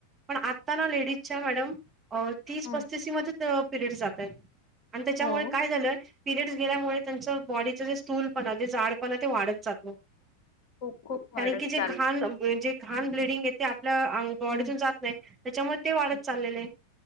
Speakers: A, on the right (about 20°); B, on the left (about 50°).
A: पण आता ना लेडीजच्या मॅडम तीस
B: हं.
A: पस्तीस मध्ये परियड जाताय आणि त्याच्यामुळे
B: हो
A: काय झालंय पिरियडस गेल्यामुळे त्यांच बॉडीचे तूल पण जे जाड पण ते वाढत जातो
B: खूप खूप वाढत
A: कारण की जे
B: चालाय
A: घाण जे घाण ब्लडिंग येते आपल्या अ बॉडीतून
B: हम्म
A: जात नाही त्याच्यामुळे ते वाढत
B: हं.
A: चाललेले आहे